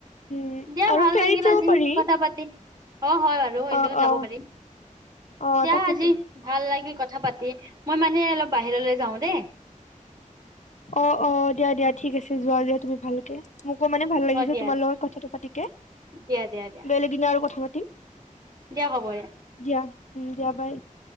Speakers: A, on the left; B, on the right.
A: উম
B: দিয়া
A: আৰু
B: ভাল
A: ফেৰীত
B: লাগিল
A: যাব
B: আজি
A: পাৰি
B: কথা পাতি অ হয় বাৰু। আৰু এনেও
A: অ
B: যাব
A: অ
B: পাৰিম
A: অ
B: দিয়া
A: তাকেতো
B: আজি ভাল লাগিল কথা। পাতি মই মানে অলপ বাহিৰলৈ যাওঁ দেই।
A: অ অ দিয়া দিয়া ঠিক আছে যোৱা <unintelligible> তুমি ভালকে। মোকো মানে ভাল লাগিছে
B: অ দিয়া
A: তোমাৰ লগত কথাটো পাতিকে
B: দিয়া দিয়া দিয়া
A: বেলেগ এদিনা আৰু কথা পাতিম।
B: দিয়া হ'ব দিয়া।
A: দিয়া উম দিয়া বাই।